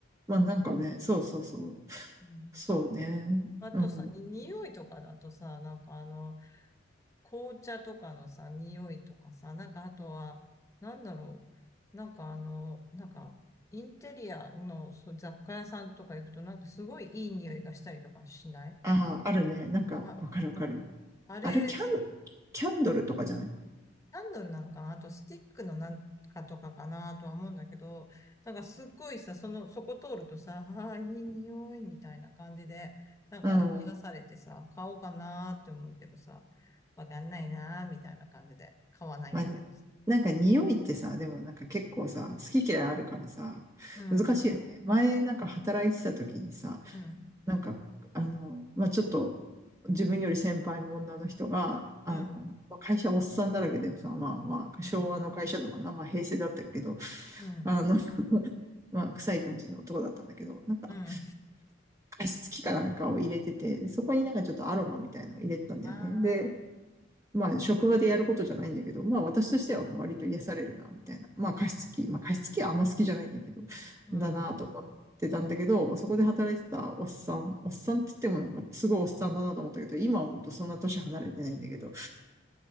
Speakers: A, on the right; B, on the left.
A: まあなんかね、そうそうそう。
B: うん。
A: そうね。
B: あとさ、
A: うん。
B: に、匂いとかだとさ、なんかあの、紅茶とかのさ、匂いとかさ、なんかあとは、なんだろう、なんかあの、なんか、インテリアのそう雑貨屋さんとか行くと、なんかすごいいい匂いがしたりとかしない
A: ああ、あるね。なんか、
B: あ、
A: わかるわかる。
B: うんあれ、
A: あれ、キャン、
B: キ
A: キャンドルとかじゃない
B: ャンドルなのかなあと、スティックのなんかとかかなとは思うんだけど、なんかすっごいさ、その、そこ通るとさ、ああ、いい匂いみたいな感じで、なんか癒されてさ、
A: うん。
B: 買おうかなって思うけどさ、わかんないなみたいな感じで買わないんだけど
A: まあ、なんか匂いってさ、でもなんか結構さ、好き嫌いあるからさ、
B: うん、
A: 難しいよね。
B: そ
A: 前なんか働いてた時にさ、
B: う。うん、
A: なんか、あの、まあ、ちょっと、自分より先輩の女の人が、あの、
B: うん、
A: 会社おっさんだらけでさ、まあまあ、
B: うん、
A: 昭和の会社だからな、まあ平成だったけど、
B: うん、
A: あの、<laughs> まあ、臭い感じの男だったんだけど、なんか、
B: うん。うん
A: 加湿、器かなんかを入れてて、でそこになんかちょっとアロマみたいなのを入れてたんだよね。
B: ああ、
A: で、まあ、職場でやることじゃないんだけど、まあ、私としては割と癒されるな、みたいな。まあ、加湿器、まあ、加湿器はあんま好きじゃないんだけど、
B: うん、
A: だなと思ってたんだけど、
B: うん、
A: そこで働いてたおっさん、おっさんって言ってもなんかすごいおっさんだなと思ったけど、今思うとそんな年離れてないんだけど、